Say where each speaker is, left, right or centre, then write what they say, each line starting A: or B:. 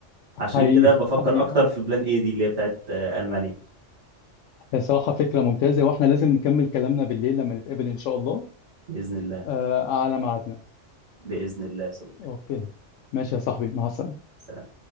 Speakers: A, on the right (about 65°); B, on the left (about 90°).
A: عشان
B: حقيقي
A: كده بفكر
B: حقيقي
A: أكتر في بلان إيه دي اللي هي بتاعت آه، ألمانيا
B: هي صراحة فكرة ممتازة وإحنا لازم نكمل كلامنا بالليل لما نتقابل إن شاء الله
A: بإذن الله
B: آه، على ميعادنا
A: بإذن الله يا صديقي
B: أوكي ماشي يا صاحبي مع السلامة
A: سلام